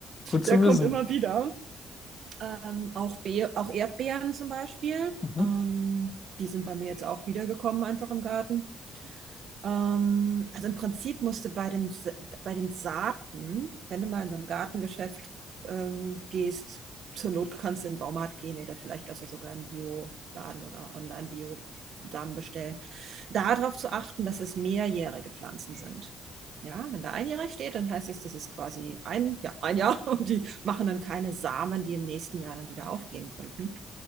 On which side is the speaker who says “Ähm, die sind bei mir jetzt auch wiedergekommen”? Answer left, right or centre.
Right